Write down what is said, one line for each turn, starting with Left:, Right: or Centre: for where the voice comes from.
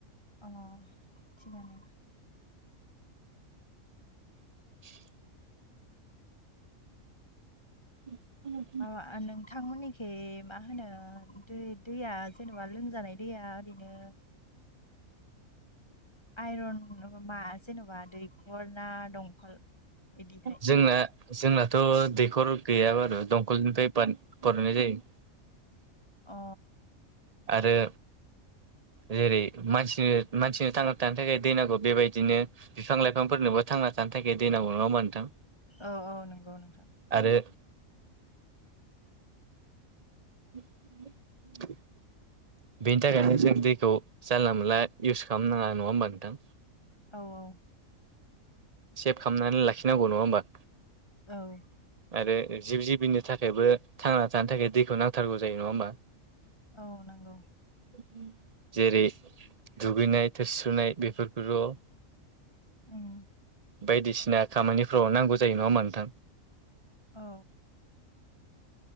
Left: अ थिगानो।
Right: <inaudible> <inaudible>
Left: माबा नोंथांमोननिखै मा होनो दै-दैया जेनेबा लोंजानाय दैया ओरैनो आइरन मा जेन'बा दैखर ना दंख'ल? बिदिहाय
Right: जोंना जोंनाथ' दैखर गैया बारु। दंखलनिफाय बान-बानायनाय जायो।
Left: अ
Right: आरो जेरै मानसिनो मानसिनो थांना थानो थाखाय दै नांगौ बेबायदिनो बिफां लाइफांफोरनोबो थांना थानो थाखाय दैे नांगौ। नङा होमबा नोंथां?
Left: औ औ नोंगौ नोंथां।
Right: आरो <inaudible> बेनि थाखायनो जों दैखौ जानला मोनला इउस खालाम नाङा। नङा होमबा नोंथां?
Left: औ औ।
Right: सेभ खालामनानै लाखिनांगौ नङा होमबा?
Left: औ।
Right: आरो जिब जिबिनो थाखायबो थांना थानो थाखाय दैखौ नांथारगौ जायो। नङा होमबा?
Left: औ नंगौ
Right: <inaudible> जेरै दुगैनाय थोरसुनाय बेफोरखौल'
Left: उम
Right: बायदिसिना खामानिफ्राव नांगौ जायो नङा हा नोंथां?
Left: औ।